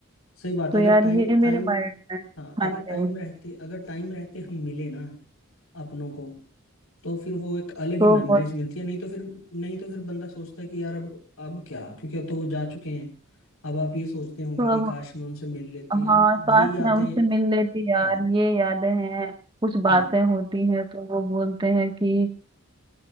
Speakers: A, on the left; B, on the right.
A: सही बात
B: तो
A: है,
B: यार
A: अगर टाइम
B: ये मेरे
A: टाइम
B: माइंड में
A: हाँ अगर
B: हाँ जी
A: टाइम रहते अगर टाइम रहते हम मिले ना अपनों को तो फिर वो एक अलग ही
B: तो
A: मेमोरीज
B: बहुत
A: मिलती है नहीं तो फिर नहीं तो फिर बंदा सोचता है कि यार अब अब क्या क्योंकि अब तो वो जा चुके हैं अब आप ये सोचते होंगे
B: तो
A: कि
B: अब
A: काश मैं उनसे मिल लेती
B: हाँ
A: अब
B: काश
A: ये यादें
B: मैं उनसे मिल लेती यार
A: हाँ
B: ये यादें हैं कुछ बातें
A: हम्म
B: होती हैं तो वो बोलते हैं कि